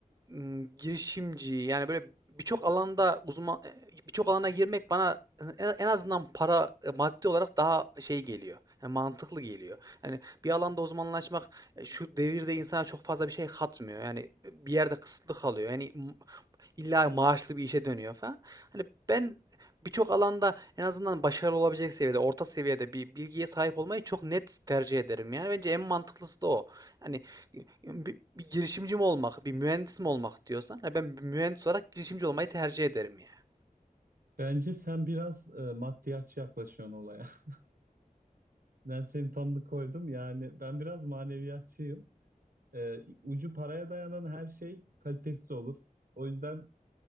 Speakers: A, on the right; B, on the right.
A: m, girişimci yani böyle birçok alanda uzman e, birçok alana girmek bana en en azından para e, maddi olarak daha şey geliyor. Yani mantıklı geliyor. Yani bir alanda uzmanlaşmak e, şu devirde insana çok fazla bir şey katmıyor. Yani bir yerde kısıtlı kalıyor. Yani illa maaşlı bir işe dönüyor falan. Hani ben birçok alanda en azından başarılı olabilecek seviyede, orta seviyede bir bilgiye sahip olmayı çok net tercih ederim. Yani bence en mantıklısı da o. Hani bir, bir girişimci mi olmak, bir mühendis mi olmak diyorsan, ha ben bir mühendis olarak girişimci olmayı tercih ederim yani.
B: Bence sen biraz e, maddiyatçı yaklaşıyorsun olaya. <laughs> Ben seni tanıdık koydum yani ben biraz maneviyatçıyım. Ee, ucu paraya dayanan her şey kalitesiz olur. O yüzden